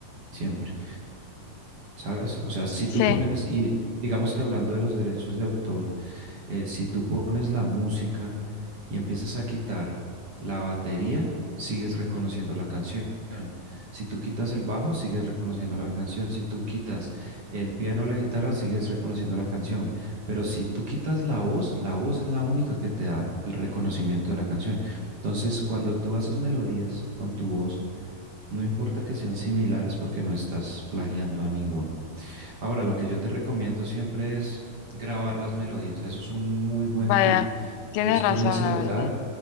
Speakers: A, on the right; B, on the left.
A: siempre, ¿sabes? O sea, si tú
B: Sí,
A: pones, y digamos que hablando de los derechos de autor, eh, si tú pones la música y empiezas a quitar la batería, sigues reconociendo la canción. Si tú quitas el bajo, sigues reconociendo la canción. Si tú quitas el piano o la guitarra, sigues reconociendo la canción. Pero si tú quitas la voz, la voz es la única que te da el reconocimiento de la canción. Entonces, cuando tú haces melodías con tu voz, no importa que sean similares porque no estás plagiando a ninguno. Ahora, lo que yo te recomiendo siempre es grabar las melodías. Eso es un muy buen
B: vaya,
A: tip.
B: tienes
A: Es con
B: razón,
A: el celular,
B: la verdad.